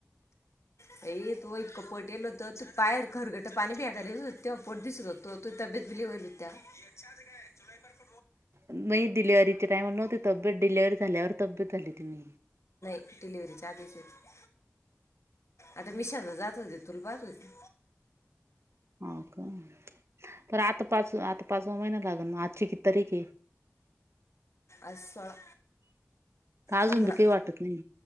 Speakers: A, on the left; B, on the right.
A: बाई तुएल इतक पोट यायल होत बाहेर खरकट पाणी फेक तरी तवा तुज पोट दिसत होत. तो तु तब्येत बी लय होयली होती तवा.
B: नाही दिल्या तिच्या टाईमला नव्हती तब्बेत डिलिव्हरी झाल्यावर तब्बेत झाली होती मी.
A: डीलिव्हरीच्या आधीच होते. आता मि शा जात होते तुला पाहत होते.
B: हो का? तर आता पाच आता पाचवा महिना लागेल मग आजची किती तारीख है?
A: आज सोळा.
B: तर अजून
A: पंधरा
B: बी काही वाटत नाही